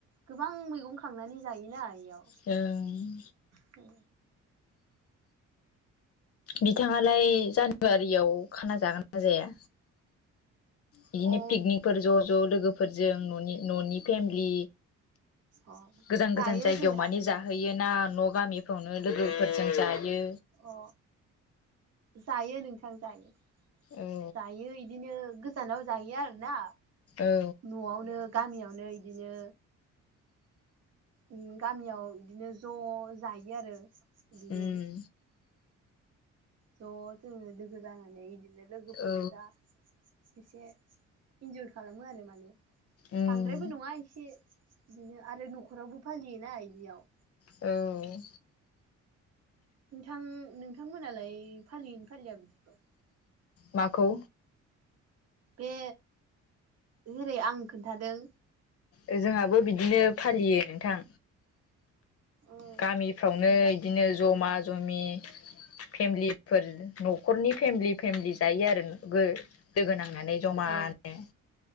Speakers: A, on the right; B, on the left.
A: गोबां मैगं खांनानै जायोना इयाव।
B: जों।
A: बु
B: बिथाङालाय जानुवारियाव खाना जागोन ना जाया? बिदिनो
A: अ
B: पिकनिकफोर ज' ज' लोगोफोरजों न'नि न'नि फेमिलि।
A: अ
B: गोजान
A: जायो
B: गोजान जायगायाव
A: जोंना
B: मानि
A: बिदिनो
B: जाहोयोना न'। गामिफ्रावनो लोगोफोरजों जायो।
A: अ जायो नोंथां जायो।
B: औ
A: जायो इदिनो गोजानाव जायो आरो ना।
B: औ
A: न'आवनो गामियावनो इदिनो। उ गामियाव बिदिनो ज' जायो आरो बिदिनो।
B: उम
A: ज' जोंङो लोगो जानानै बिदिनो लोगोफोर
B: औ
A: गोजा। एसे इन्जय खालामो आरो माने
B: उम
A: बांद्रायबो नङा एसे। बिदिनो आरो न'खरावबो फालियोना बियाव।
B: औ
A: नोंथां नोंथांमोनालाय फालियैनो फालिया बिदिखौ।
B: माखौ।
A: बे जेरै आं खोन्थादों।
B: ओ जोंहाबो बिदिनो फालियो नोंथां।
A: औ
B: गामिफ्रावनो
A: मोजां
B: इदिनो जमा जमि फेमिलिफोर न'खरनि फेमिलि फेमिलि जायो आरो गो दोगोनांना। होननानै जमानो।
A: औ